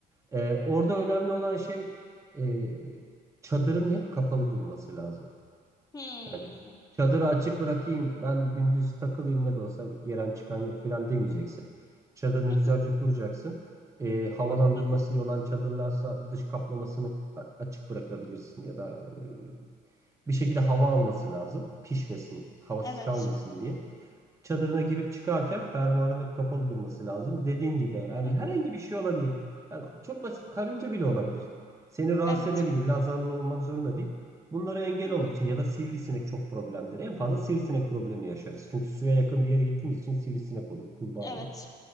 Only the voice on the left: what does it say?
Hmm.
Hı
hı,
hı hı.
Evet.
Hı hı,
Evet.
Hı
hı,
Evet.